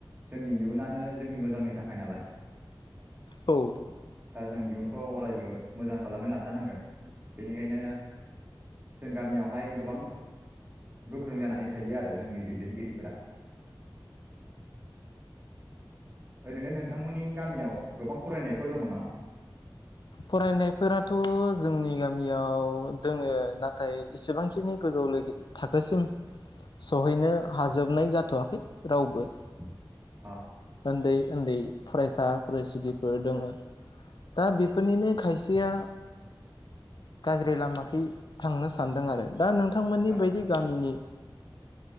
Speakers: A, on the right; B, on the left.
A: जोंनि इयुनानो जोंनि मोजांनि थाखाय नालाय
B: औ
A: दा जों इयुनखौ अरायबो मोजां खालामनो लाजानांगोन बेनिखायनो जों गामियावहाय गोबां गोख्रों जानानै थायो आरो जोंनि दैदेनगिरिफोरा <inaudible> ओरैनो नोंथांमोननि गामियाव गोबां फरायनायफोर दङ न?
B: फरायनायफोराथ जोंनि गामियाव दोङो नाथाय इसेबांखिनि गोजौ थाखोसिम सहैनो हाजोबनाय जाथवाखै रावबो
A: <inaudible>
B: उन्दै उन्दै फरायसा फरायसुलिफोर दोङो दा बेफोरनिनो खायसेया गाज्रि लामाखै थांनो सानदों आरो दा नोंथांमोननि
A: औ
B: बायदि गामिनि